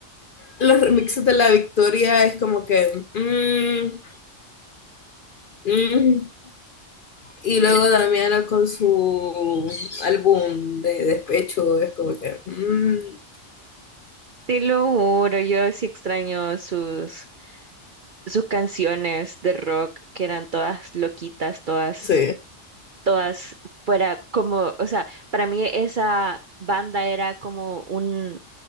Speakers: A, on the left; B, on the right.
A: los remixes de La Victoria es como que. mm, mm. Y luego
B: yo
A: Damiana con su álbum de despecho es como que. mm,
B: te lo juro, yo sí extraño sus, sus canciones de rock que eran todas loquitas, todas,
A: sí,
B: todas fuera como, o sea, para mí esa banda era como un